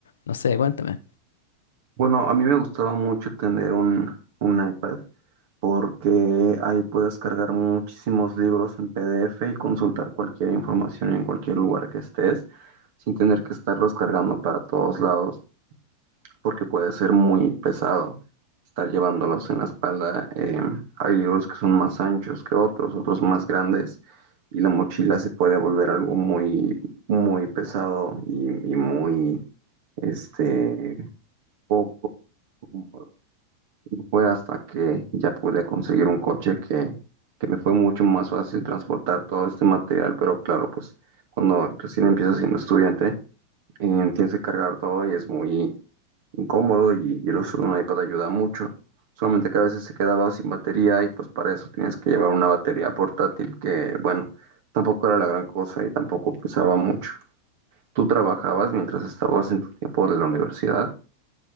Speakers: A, on the left; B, on the right.
A: No sé, cuéntame.
B: Bueno, a mí me gustaba mucho tener un, un iPad porque ahí puedes cargar muchísimos libros en PDF y consultar cualquier información en cualquier lugar que estés sin tener que estarlos cargando para todos lados porque puede ser muy pesado estar llevándolos en la espalda. Eh, hay libros que son más anchos que otros, otros más grandes y la mochila se puede volver algo muy, muy pesado y, y muy este, poco cómodo. Fue hasta que ya pude conseguir un coche que, que me fue mucho más fácil transportar todo este material, pero claro, pues cuando recién empiezas siendo estudiante, eh, tienes que cargar todo y es muy incómodo y, y el uso de un iPad ayuda mucho. Solamente que a veces se quedaba sin batería y pues para eso tienes que llevar una batería portátil que, bueno, tampoco era la gran cosa y tampoco pesaba mucho. ¿Tú trabajabas mientras estabas en tu tiempo de la universidad?